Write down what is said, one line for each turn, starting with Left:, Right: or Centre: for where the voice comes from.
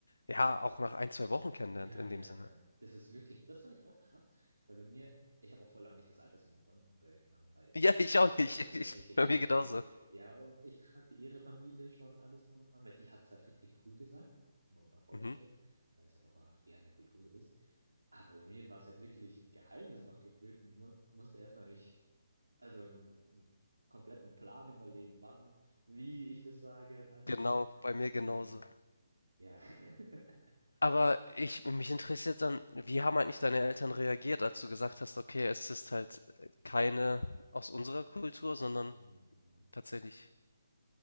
Left: ja, auch nach ein, zwei Wochen kennenlernt,
Right: Ja,
Left: in
Right: ja,
Left: dem Sinne.
Right: ja.
Left: <laughs>
Right: Das ist wirklich, das fand ich auch krass, weil bei mir, ich habe auch vor lange nicht gesagt, dass ich eine Freundin habe, weil, keine Ahnung, bei
Left: Ja,
Right: vietnamesischen
Left: ich auch nicht.
Right: Eltern
Left: <laughs>
Right: ist er
Left: Ich,
Right: richtig
Left: bei
Right: streng.
Left: mir genauso.
Right: Ja, und ich kannte ihre Familie schon alles drum und dran, weil die hat es halt richtig früh gesagt und auch vorgestellt,
Left: Mhm.
Right: weil es halt auch eher in der Kultur so ist. Aber bei mir war es halt wirklich ein Geheimnis noch gefühlt und ich mu musste erstmal mich, also einen, einen kompletten Plan überlegen, wann, wie ich das sage und alles.
Left: Genau,
Right: <laughs>
Left: bei mir genauso.
Right: Ja, ja. <laughs>
Left: Aber ich mich interessiert dann, wie haben eigentlich deine Eltern reagiert, als du gesagt hast, okay, es ist halt äh, keine aus unserer Kultur, sondern
Right: Mhm.
Left: tatsächlich